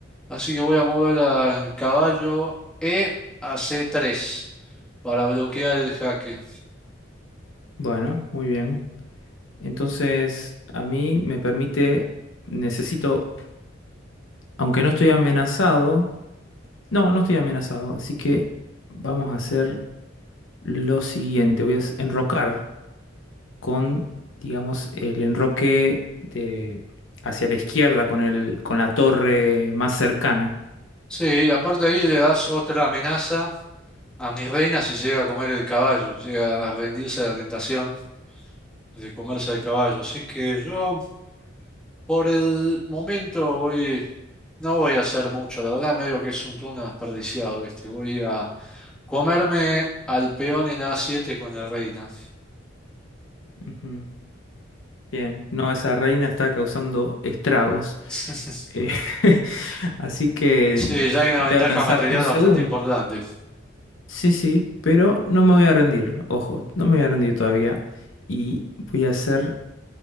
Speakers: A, in the centre; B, on the left.
A: así que voy a mover al caballo E a C3 para bloquear el jaque.
B: Bueno, muy bien. Entonces, a mí me permite, necesito, aunque no estoy amenazado, no, no estoy amenazado, así que vamos a hacer lo siguiente, voy a s- enrocar con, digamos, el enroque de, hacia la izquierda, con el, con la torre más cercana.
A: Sí, y aparte ahí le das otra amenaza a mi reina si llega a comer el caballo, llega a rendirse a la tentación de comerse el caballo. Así que yo por el momento voy, no voy a hacer mucho, la verdad medio que es un turno desperdiciado este, voy a comerme al peón en a siete con la reina.
B: Ujú. Bien, no, esa reina está causando estragos.
A: <laughs>
B: Eh, <laughs> así que
A: Sí, ya hay una
B: voy
A: ventaja
B: a pensar
A: material
B: un segundo.
A: bastante importante.
B: Sí, sí, pero no me voy a rendir, ojo, no me voy a rendir todavía. Y voy a hacer,